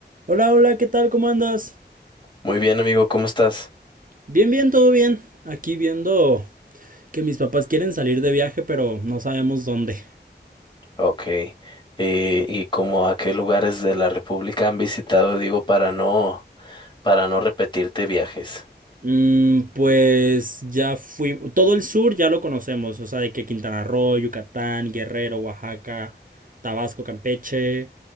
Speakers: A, on the right; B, on the left.
A: Hola, hola, ¿qué tal? ¿Cómo andas?
B: Muy bien, amigo, ¿cómo estás?
A: Bien, bien, todo bien. Aquí viendo que mis papás quieren salir de viaje, pero no sabemos dónde.
B: Ok. Eh, ¿y cómo a qué lugares de la República han visitado, digo, para no, para no repetirte viajes?
A: Mm, pues ya fui, todo el sur ya lo conocemos, o sea, de que Quintana Roo, Yucatán, Guerrero, Oaxaca, Tabasco, Campeche,